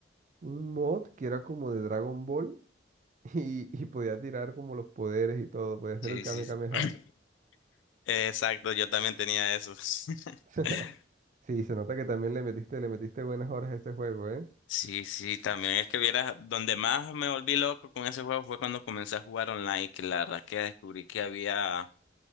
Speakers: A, on the right; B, on the left.
A: un mod que era como de Dragon Ball <laughs> y, y podía tirar como los poderes y todo, podía hacer
B: Sí,
A: el Kame
B: sí, sí.
A: Kameha.
B: <clears throat> Exacto, yo también tenía eso. <laughs>
A: <laughs> Sí, se nota que también le metiste, le metiste buenas horas a ese juego, ¿eh?
B: Sí, sí, también es que vieras, donde más me volví loco con ese juego fue cuando comencé a jugar online, que la verdad que descubrí que había,